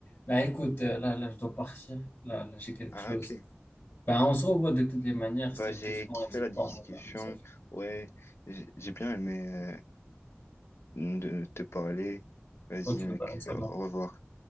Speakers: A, on the left; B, on the left.
A: Là, écoute, euh, là, là, je dois partir. Là, là, j'ai quelque
B: Ah,
A: chose.
B: ok.
A: Ben, on se revoit de toutes les manières.
B: Bah,
A: C'était
B: j'ai
A: une question,
B: kiffé
A: n'hésite
B: la discussion.
A: pas à m'envoyer un message.
B: Ouais, j'ai j'ai bien aimé euh, de te parler. Vas-y,
A: Ok,
B: mec,
A: ben, ça marche.
B: au revoir.